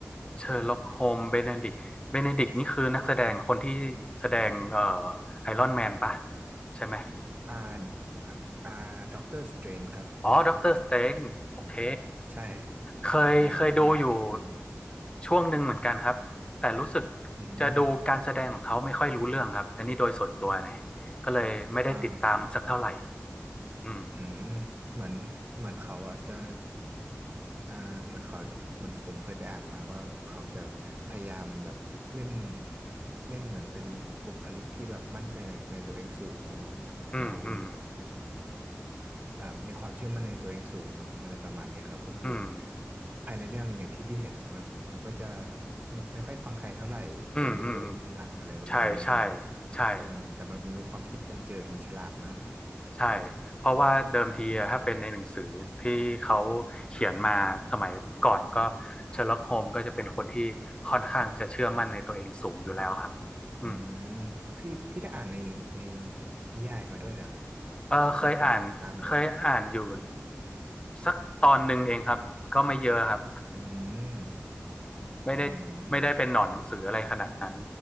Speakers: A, on the left; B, on the right.
A: เชอร์ล็อกโฮมเบเนดิกเบเนดิกนี่คือนักแสดงคนที่แสดงเอ่อไอรอนแมนปะใช่ไหม
B: อ่าอ่าอ่าด็อกเตอร์สเตรนครับ
A: อ๋อด็อกเตอร์สเตนโอเค
B: ใช่
A: เคยเคยดูอยู่
B: อ่าอันนั้นคือ
A: ช่วงหนึ่งเหมือนกันครับแต่รู้สึก
B: อืม
A: จะดูการแสดงของเขาไม่ค่อยรู้เรื่องครับอันนี้โดยส่วนตัวเนี่ยก็เลยไม่ได้ติดตามสักเท่าไหร่
B: อ่า
A: อืม
B: อืมเหมือนเหมือนเขาอะจะอ่าเหมือนเขาเหมือนผมเคยไปอ่านมาว่าแบบเขาจะพยายามแบบเล่นเล่นเหมือนเป็นบุคลิกที่แบบมั่นใจในในตัวเองสูงแล้ว
A: อืมอืม
B: แล้วแบบมีความเชื่อมั่นในตัวเองสูงอะไรประมาณเนี้ยครับก็คือ
A: อืม
B: ภายในเรื่องอย่างที่พี่เห็นอะมันมันก็จะไม่ไม่ค่อยฟังใครเท่าไหร่จะยึดตัวเองเป็นหลักอะไรประมาณเนี้ยเนาะ
A: อืมอืมอืมใช่ใช่ใช่
B: เออแต่มันมีความคิดบันเจิดมันฉลาดมาก
A: ใช่ เพราะว่าเดิมทีอะถ้าเป็นในหนังสือที่เขาเขียนมาสมัยก่อนก็เชอร์ล็อกโฮมก็จะเป็นคนที่ค่อนข้างจะเชื่อมั่นในตัวเองสูงอยู่แล้วครับอืม
B: อืมพี่พี่ได้อ่านในในนิยายมาด้วยแล้ว
A: เออเคยอ่านเคยอ่านอยู่
B: ผมผมตาม
A: สักตอนหนึ่งเองครับก็ไม่เยอะครับ
B: อืม
A: ไม่ได้ไม่ได้เป็นหนอนหนังสืออะไรขนาดนั้น
B: อ๋อ